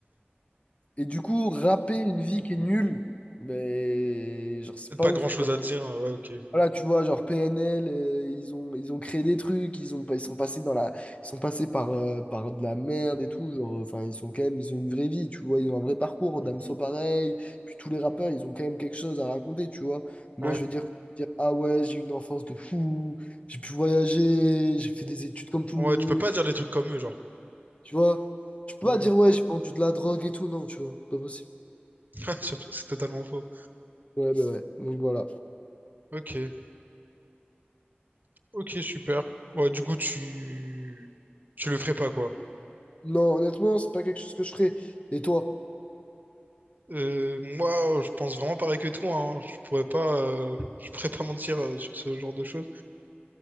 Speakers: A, on the left (about 30°); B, on the right (about 50°).
A: Et du coup, rapper une vie qui est nulle, mais genre c'est
B: peut-être
A: pas
B: pas
A: ouf,
B: grand-chose
A: tu vois.
B: à dire? hein? Ouais, ok.
A: Voilà, tu vois, genre PNL, euh, ils ont, ils ont créé des trucs, ils ont, pas- ils sont passés dans la, ils sont passés par, euh, par de la merde
B: <laughs>
A: et tout, genre, euh, enfin, ils sont quand même, ils ont une vraie vie, tu vois, ils ont un vrai parcours,
B: Mhm.
A: Damso pareil, puis tous les rappeurs, ils ont quand même quelque chose à raconter, tu vois. Moi,
B: Ouais.
A: je veux dire, dire, ah ouais, j'ai eu une enfance de fou, j'ai pu voyager, j'ai fait des études comme tout
B: Ouais,
A: le monde,
B: tu peux pas dire des trucs comme eux, genre.
A: tu vois. Tu peux
B: Ouais.
A: pas dire, ouais, j'ai vendu de la drogue et tout, non, tu vois, pas possible.
B: <laughs> Ouais, Surtout que c'est totalement faux.
A: Ouais, bah ouais, donc voilà.
B: Ok, ok, super. Ouais, du coup, tu, tu le ferais pas, quoi.
A: Non, honnêtement, c'est pas quelque chose que je ferais. Et toi?
B: Euh, moi, je pense vraiment pareil que toi, hein. Je pourrais pas, euh, <laughs> je pourrais pas mentir euh, sur ce genre de choses.